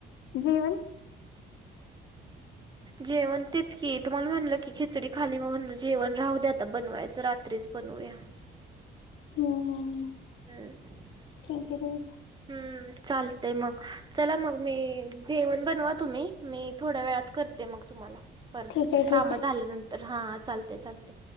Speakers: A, on the left; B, on the right.
A: जेवन
B: जेवण तेच की तुम्हाला म्हणलं की खिचडी खाली मग म्हणलं जेवण राहू द्या आता बनवायचं रात त्रिच बनूया.
A: हम् हम हम्.
B: हम्म.
A: <unintelligible>
B: हम्मं चालतय मगं चला मगं मी जेवणं बनवा तुम्हीं मी थोड्या वेळात करते, मगं तुम्हांला परत
A: ठीक आहे ठीक आहे ठीक
B: कामं
A: आहे.
B: झाल्यानंतर. तर हा चालतय चालतय